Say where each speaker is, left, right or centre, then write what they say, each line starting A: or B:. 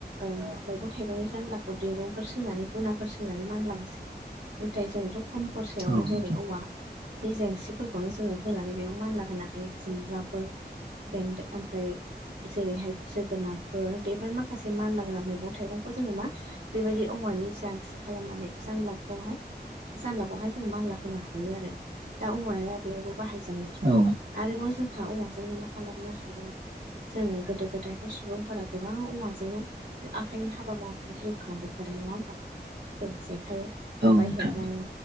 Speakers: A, on the right (about 80°); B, on the right (about 65°).
A: ओ मैगं थाइगंनि जानलाखौ दिरुंफोर सोंनानै गुनाफोर सोंनानै मानलाहोसै। नाथाय जोंथ' खम खरसायावनो
B: औ
A: जेरै
B: नोंथां
A: औवा नि जेन्सिफोरखौनो जोङो होनानै बेयाव मानला होनो हायो खुमब्रा फोर‌ बेन्दों ओमफ्राय जेरैहाय जोगोनारफोर बेफोर माखासे मानलाग्रा मैगं थाइगंखौ जोङो मा बेबायदि औवानि जांसि खालामनानै जानलाबखौहाय जानलाबावहाय जों मानला होनो हायो आरो दा औवाया बेवबो बाहाय जायो
B: औ
A: आरोबाव जों <unintelligible> औवाजोंनो मा खालामनो हायो जोङो गोदो गोदायथ' सुबुंफोरा गोबां औवाजोंनो आखाइनि हाबा मावनानै जिउ खांबोखादों नङा होमबा? जों जेखाय खबाइ
B: औ नोंथां
A: हेबनानै